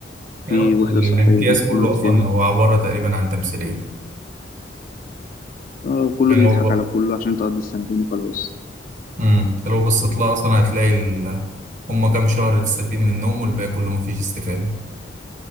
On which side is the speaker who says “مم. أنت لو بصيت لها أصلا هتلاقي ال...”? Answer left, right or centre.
Right